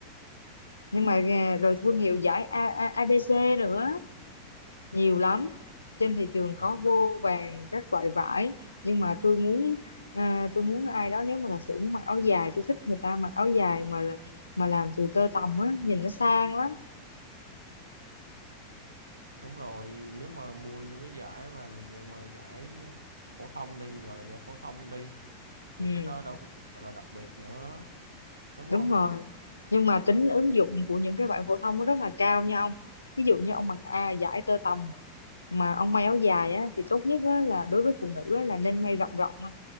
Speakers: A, on the left; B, on the right.
A: nhưng mà à, rồi thương hiệu vải A, A, ABC nữa nhiều lắm trên thị trường có
B: mặc
A: vô vàn các loại vải nhưng mà tôi muốn à, tôi muốn ai đó nếu mà thật sự muốn mặc áo dài tôi thích người ta mặc áo dài mà mà làm từ tơ tằm á nhìn nó sang lắm
B: Đúng rồi, nếu mà mua những cái giải mà thuộc dạng mà giải phổ thông đi, mình gọi là giải phổ thông đi, thì
A: ừ.
B: cái đó đâu có được gọi là đặc biệt nữa, đúng
A: đúng
B: không?
A: rồi nhưng mà tính ứng dụng của những cái bạn phổ thông nó rất là cao nha ông ví dụ như ông mặc à, vải tơ tằm mà ông may áo dài á thì tốt nhất á, là đối với phụ nữ á, là nên may rộng rộng á.